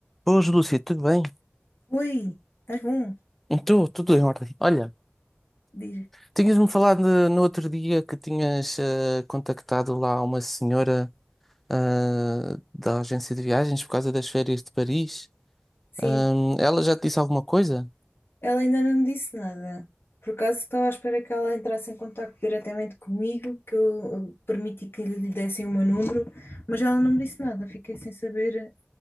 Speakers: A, in the centre; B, on the left.
A: Boas, Lúcia, tudo bem?
B: Oi, estás bom?
A: Então, tudo em ordem. Olha,
B: Diz.
A: tinhas-me falado no outro dia que tinhas eh, contactado lá uma senhora ah, da agência de viagens por causa das férias de Paris.
B: Sim,
A: Ahm, ela já te disse alguma coisa?
B: ela ainda não me disse nada. Por acaso estava à espera que ela entrasse em contato diretamente comigo, que eu eh, permiti que lhe dessem o meu número, mas ela não me disse nada. Fiquei sem saber